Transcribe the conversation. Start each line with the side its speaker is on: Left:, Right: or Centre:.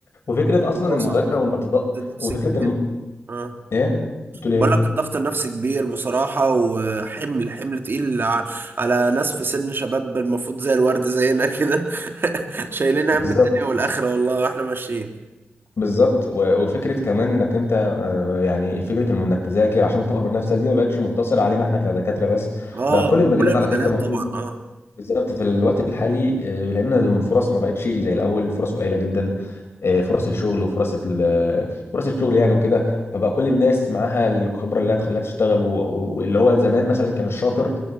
Left: وفكره اصلا
Right: الموضوع
Left: المذاكره
Right: صعب بصراحه
Left: وانك تض...
Right: ضغط نفسي
Left: وفكره
Right: كبير
Left: الم...
Right: اه
Left: ايه بتقول ايه
Right: بقول لك الضغط النفسي كبير بصراحة وحمل حمل تقيل ع- على ناس في سن شباب المفروض زي الورد زينا كده <laughs> شايلين هم
Left: بالظبط
Right: الدنيا والآخرة والله واحنا ماشيين
Left: بالظبط و- وفكره كمان انك انت آه، يعني فكره إن- انك تذاكر عشان تطور من نفسك دي ما بقتش مقتصره علينا احنا كدكاتره بس
Right: اه
Left: بقى كل
Right: بكل
Left: المجالات
Right: المجالات
Left: على فكره مطلوب
Right: طبعا اه
Left: بالظبط في الوقت الحالي آه، لان الفرص ما بقتش زي الاول فرص قليله جدا آه، فرص الشغل وفرص ال- آه، فرص الشغل يعني وكده فبقى كل الناس معاها الخبره اللي هتخليها تشتغل و- و- واللي هو زمان مثلا كان الشاطر